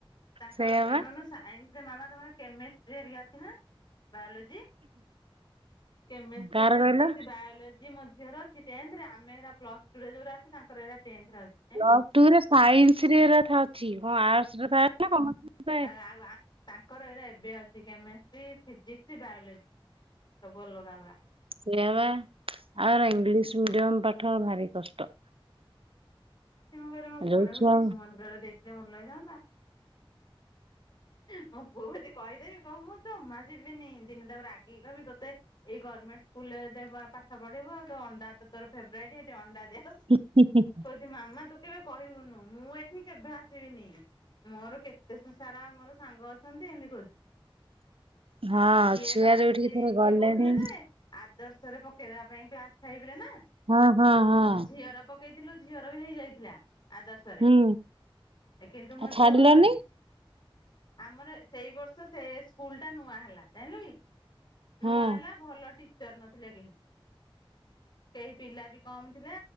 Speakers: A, on the left; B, on the right.
A: ତାଙ୍କର
B: ସେଇଆ
A: <unintelligible>
B: ବା
A: ସାଇନ୍ସ ରେ ମାମା ତମର କେମିଷ୍ଟ୍ରି ହେରିକି ଅଛି ନା? ବାୟୋଲୋଜି, କେମେଷ୍ଟ୍ରି
B: କାହାର
A: ଫିଜିିକିସ୍‌
B: କହିଲ
A: ବାୟୋଲ ଆଜି ମୋ ଝିଅର ଅଛି, ଟେନ୍‌ଥ ରେ, ଆମେ ଏରା ପ୍ଲସ୍‌ଟୁରେ ଯୋଉରା ଅଛି, ତାଙ୍କର ଏରା ଟେନ୍‌ଥରେ ଅଛି। ହେଲା
B: ପ୍ଲସ୍‌ ଟୁରେ ସାଇନ୍ସରେ ଏରା ଥା ଅଛି, କଣ ଆର୍ଟସ ରେ ଥାଏ ନା, କମର୍ସରେ ଥାଏ?
A: ଆୱା ତାଙ୍କର ଏରା ଏବେ ଅଛି, କେମେଷ୍ଟ୍ରି ଫିଜିକ୍ସ ବାୟୋଲୋଜି, ସବୁ ଅଲଗା ୱା।
B: ସେଇଆବା, ଆଉ ଏରା ଇଂଲିଶ ମିଡିୟମ ପାଠ ଭାରି କଷ୍ଟ।
A: ଏ ମୁଁ କହିଲି, ମୋ ପୁଅଟାକୁ
B: ଯୋଉ ଛୁଆ
A: ଶିଶୁ ମନ୍ଦିରରେ ଦେଇଥିଲେ ଭଲ ହେଇଥାନ୍ତା। ମୋ ପୁଅକୁ ଯଦି କହିଦେବି, କହିବ ମୁଁ ଜମା ଯିବିନି, ଦିନେ ତାକୁ ରାଗିକି କହିମି ତତେ ଏଇ ଗର୍ମେଣ୍ଟ ସ୍କୁଲ ଦେ ପାଠ ପଢିବୁ ଆଉ, ଅଣ୍ଡା ତୋର ଫେବରାଇଟ ଇ, ହେଟି ଅଣ୍ଡା ଦି
B: <unintelligible>
A: କହୁଚି ମାମା ତୁ କେବେ କହିବୁନୁ, ମୁଁ ଏଠି କେଭେ ଆସିବିନି, ମୋର କେତେ ସା ସାରା ମୋର ସାଙ୍ଗ ଅଛନ୍ତି, ଏମିତି କହୁଛି।
B: ହଁ
A: ଇଏ
B: ଛୁଆ
A: ଭାଇରେ,
B: ଯୋଉଠିକି ଥରେ
A: ଇଏ
B: ଗଲେଣି
A: କହୁଥିଲେ ଯେ ଆଦର୍ଶରେ ପକେଇଦେବା ପାଇଁ, କ୍ଲାସ ଫାଇଭ ରେ ନା,
B: ହଁ ହଁ ହଁ
A: ଝିଅର ପକେଇଥିଲୁ ଝିଅର ବି ହେଇଯାଇଥିଲା, ଆଦର୍ଶରେ,
B: ହୁଁ
A: କିନ୍ତୁ ମୋ
B: ଆଉ ଛାଡିଲନି
A: ଝିଅ ଗଲାନି। ଆମର ସେଇ ବର୍ଷ, ସେ ସ୍କୁଲ ଟା, ନୂଆ ହେଲା, ଜାଇଁଲୁ କି?
B: ହଁ।
A: ନୂଆ ହେଲା, ଭଲ ଟିଚର ନଥିଲେ କେହି। କେହି ପିଲା ବି କମ ଥିଲା,